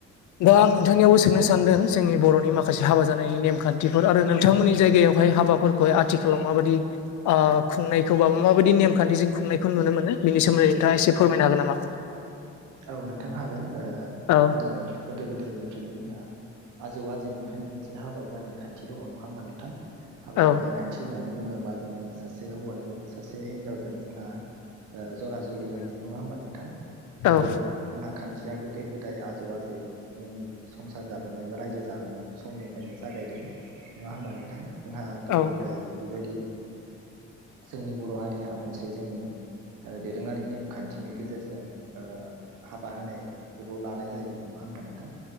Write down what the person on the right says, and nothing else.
औ
नोंथां
औ नोंथां हागोन
जोङो गोदो गोदायनिफ्रायनो जोंहा आजौ आजैनिफ्रायनो मोनसे हाबा जानाय खान्थि दङ नङा होमबा नोंथां हाबा
जानाय खान्थि होननानै बुङो बा जोङो सासे हौवाजों सासे हिनजाव जों जोंहा जरा जुलि होनाय नङा होमबा नोंथां बे
जोंहा खान्थिया गोदो गोदाय आजौ आजैमोननि संसार जाबोनाय बा रायजो जाबोनाय समनिफ्रायनो जा गायदों नङा होमबा नोंथां जोंहा गोदो
गोदाय बेबायदिनो जोंनि बर' हारिया मोनसे जोंनि दोरोङारि नेमखान्थिनि गेजेरजों ओ हाबा होनाय बेखौ लानाय जायोमोन नङा होमबा नोंथां